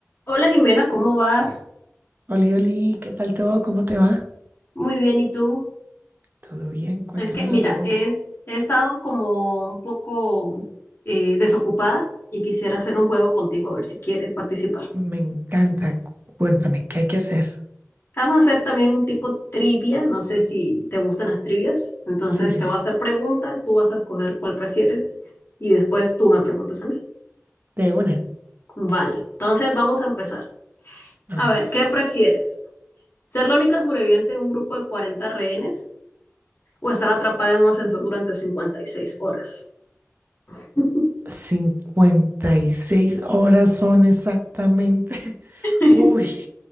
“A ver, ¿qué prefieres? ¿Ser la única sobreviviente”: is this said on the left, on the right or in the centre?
Left